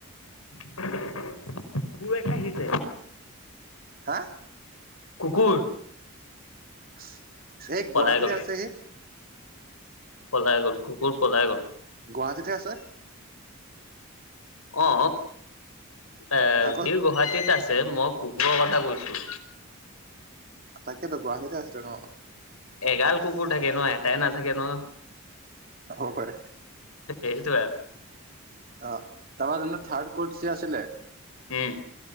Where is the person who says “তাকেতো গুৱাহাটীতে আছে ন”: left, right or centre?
Right